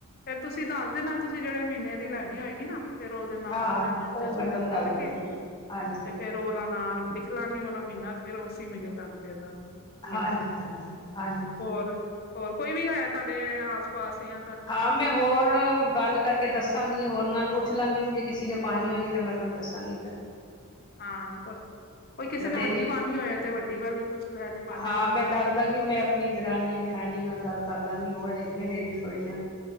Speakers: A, on the left; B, on the left.
A: ਫੇਰ ਤੁਸੀ ਦੱਸ ਦੇਨਾ ਤੁਸੀ ਜੜੇ ਮੀਨੇ ਦੀ ਲੈਣੀ ਹੋਏਗੀ ਨਾ ਫੇਰ ਔਦੇ ਨਾਲ,
B: ਹਾਂ
A: ਸਾਰਿਆਂ
B: ਹਾਂ
A: ਨਾਲ ਐਡਜੇਸਟਮੈਂਟ
B: ਉਹ ਮੈਂ ਤੁਹਾਨੂੰ
A: ਕਰਕੇ
B: ਦੱਸ ਦਾਂਗੀ ਹਾਂਜੀ
A: ਤੇ ਫੇਰ ਔਲਾ ਨਾਂ ਲਿਖ ਲਾਂਗੀ ਔਲਾ ਮੀਨਾ ਫੇਰ ਔਸੀ ਮੀਨੇ ਤੁਆਨੂੰ ਦੇ ਦਾਂ ਮਿਲ
B: ਹਾਂਜੀ
A: ਜਾਏਗੀ।
B: ਹਾਂਜੀ ਹਾਂਜੀ
A: ਹੋਰ, ਹੋਰ ਕੋਈ ਵੀ ਹੈ ਤਾਡੇ ਆਸ ਪਾਸ ਯਾਂ
B: ਹਾਂ ਮੈਂ ਹੋਰ ਗੱਲ ਕਰ ਕੇ ਦੱਸਾਂਗੀ ਹੋਰ ਨਾਲ ਪੁੱਛ ਲਾਂਗੀ ਜੇ ਕਿਸੀ ਨੇ ਪਾਨੀ ਹੋਏਗੀ ਤਾਂ ਮੈਂ ਤੁਆਨੂੰ ਦੱਸਾਂਗੀ ਫੇਰ।
A: ਹਾਂ, ਕੋਈ ਕਿਸੇ
B: ਬਥੇਰੀ
A: ਨੇ ਵੱਡੀ ਪਾਨੀ ਹੋਏ ਤੇ ਵੱਡੀ ਵਾਲੀ ਵੀ ਪੁੱਛ ਲਿਆ ਜੇ। ਪੰਜ
B: ਹਾਂ
A: ਹਜ਼ਾਰ
B: ਮੈਂ
A: ਵਾਲੀ
B: ਦਸ ਦਾਂਗੀ ਮੈਂ ਅਪਣੀ ਦਰਾਨੀਆਂ ਜਠਾਨੀਆਂ ਨਾਲ ਗੱਲ ਕਰ ਲਾਂਗੀ ਹੋਰ ਹੈਗੀਐਂ ਲੇਡੀਜ਼ ਬੜੀਆਂ।